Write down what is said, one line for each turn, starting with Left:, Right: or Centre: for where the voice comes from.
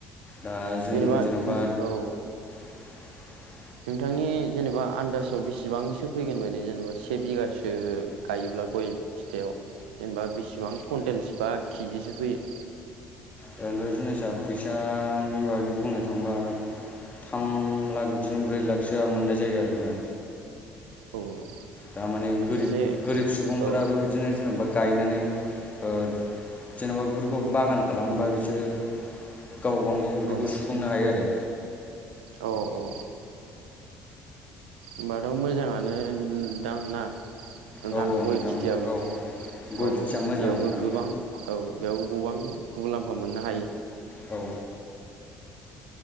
Left: दा जों
Right: जेनेबा
Left: जेन'बा
Right: औ
Left: <unintelligible>
Right: नोंथांनि जेनेबा आन्दाजाव बेसेबांसो फैगोन बायदि जेनेबा से बिगासो गायोब्ला गय फिथाइाव जेनेबा बेसिबां कुवन्टेलस बा केजिसो फैयो
Left: ओरैनोथ' जिनिसा फैसानि बागै बुंनो थांबा थाम लाख बिदिनो ब्रै लाखसोआ मोननाय जायो आरोना
Right: औ औ।
Left: दामाने गोरिब
Right: एसे
Left: गोरिब सुबुंफोराबो
Right: औ
Left: बिदिनो जेनेबा गायनानै ओ जेन'बा बेफोरखौ बागान खालामोबा बिसोरो गाव गावनि उदैखौ
Right: औ
Left: सुफुंनो हायो आरो
Right: औ औ। होनबाथ' मोजाङानो दांना नोंथां
Left: औ औ
Right: गय खेथियाबो
Left: औ
Right: औ
Left: गय खेथिया
Right: बेयावबो
Left: मोजां नोंथां
Right: गोबां औ बेयावबो गोबां मुलाम्फा मोननो हायो।
Left: औ।